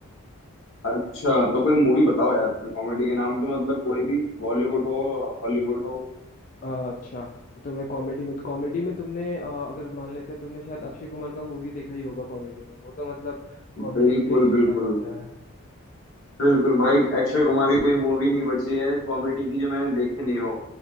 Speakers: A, on the left (about 65°); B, on the left (about 40°).
A: अच्छा तो कोई मूवी बताओ यार फिर कॉमेडी के नाम पे मतलब कोई भी बॉलीवुड हो हॉलीवुड हो
B: अ, अच्छा तो तुम्हें कॉमेडी में कॉमेडी में तुमने अ, अगर मान लेते हैं तुमने शायद अक्षय कुमार का मूवी देखा ही होगा कॉमेडी में वो तो मतलब कॉमेडी
A: बिल्कुल
B: के लिए ही जाना
A: बिल्कुल
B: जाता है
A: बिल्कुल भाई अक्षय कुमार की कोई मूवी नहीं बची है कॉमेडी की जो मैंने देखी नहीं हो